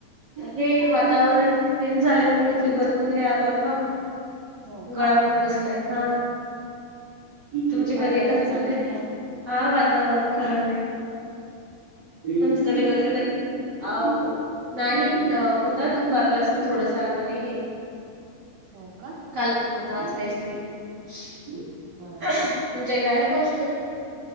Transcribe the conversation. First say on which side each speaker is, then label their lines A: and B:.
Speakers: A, on the right; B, on the right.
A: हे वातावरण चेंज झाल्यामुळे फिवर वगैरे आला होता
B: हो का
A: गळा पण बसलाय हा तुमची
B: वातावरण
A: बरी आहे तब्येत
B: चांगलं
A: वगैरे
B: नाही आहे ना
A: हा वातावरण खराब आहे तुमची तब्बेत वगैरे बरी आहे हाव नाही होता दुपारलाच थोडस आता नाही आहे
B: हो का
A: काल खूप होता आज काहीच नाहीये तुमच्या
B: बर बर
A: इकडे आहे पाऊस वगैरे